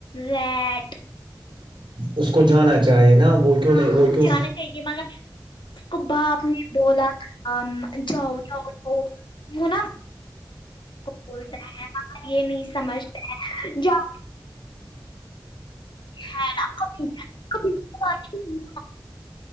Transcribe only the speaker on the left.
وٹ
جانا چاہیے مگر اس کو باپ بولا جاؤ جاؤ جؤ ہونا بولتا ہے م یہ نہیں سمجھتا ہے جاں ہ ناکب ک آ <unintelligible>